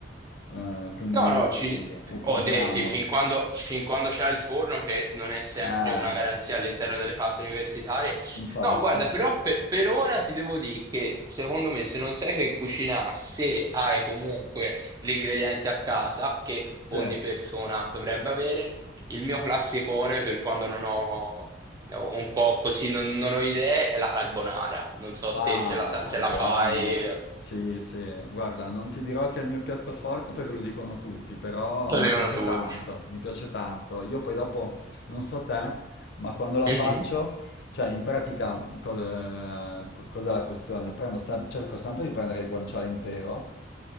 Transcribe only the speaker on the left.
eh, quindi
u-
usiamolo.
Eh.
Infatti,
cioè,
ah,
buona,
sì, sì, guarda, non ti dirò che è il mio piatto forte perché lo dicono tutti, però
mi
piace
tanto, mi piace tanto. Io poi dopo, non so te, ma quando la
faccio, cioè, in pratica, co- eh, co- cos'è la questione? Prendo sem- cerco sempre di prendere il guanciale intero,